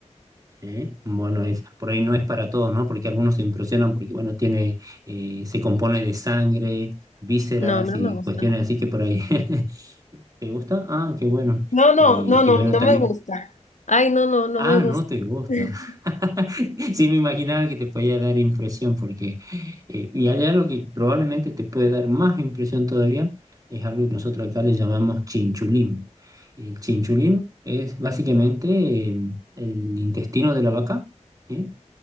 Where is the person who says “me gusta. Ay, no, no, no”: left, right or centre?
Left